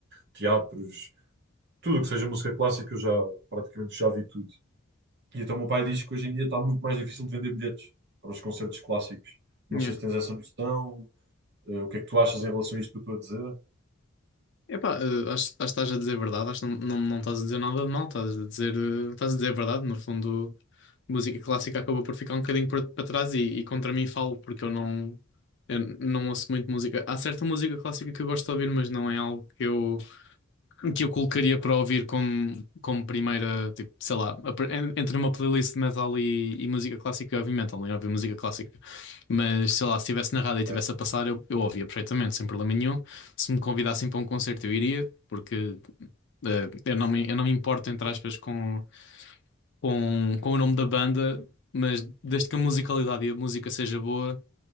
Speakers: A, on the right; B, on the left.
A: teatros, tudo o que seja música clássica, eu já praticamente já vi tudo. E então o meu pai diz que hoje em dia está muito mais difícil de vender bilhetes para os concertos clássicos. Não
B: Yeah.
A: sei se tens essa noção, eh, o que é que tu achas em relação a isto que eu estou a dizer?
B: Epá, eh, acho, acho que estás a dizer verdade, acho que não, não, não estás a dizer nada de mal, estás a dizer, eh, estás a dizer verdade, no fundo, música clássica acabou por ficar um bocadinho para para trás e, e contra mim falo, porque eu não, eu não ouço muito música. Há certa música clássica que eu gosto de ouvir, mas não é algo que eu que eu colocaria para ouvir como, como primeira, tipo, sei lá, a en- entre uma playlist de metal e, e música clássica, eu ouvi metal, eu ouvi música clássica. Mas, sei lá, se estivesse na rádio e estivesse
A: É.
B: a passar, eu, eu ouvia perfeitamente, sem problema nenhum. Se me convidassem para um concerto, eu iria, porque eh, eu não me, eu não me importo, entre aspas, com, com, com o nome da banda, mas desde que a musicalidade e a música seja boa,